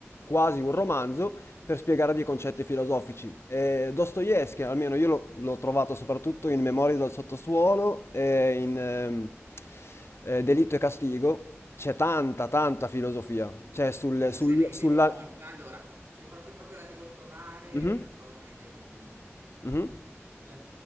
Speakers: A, on the left (about 60°); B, on the right (about 65°).
A: quasi un romanzo per spiegare dei concetti filosofici. Eh, Dostoevsky, almeno io lo- l'ho trovato soprattutto in Memorie dal sottosuolo e in ehm, eh, Delitto e Castigo, c'è tanta, tanta filosofia, c'è sul,
B: Forse
A: sul-
B: nei
A: sulla...
B: demoni, ma allora, se proprio, proprio la devo trovare,
A: Mhm,
B: la trovo nei demoni,
A: mhm.
B: Eh,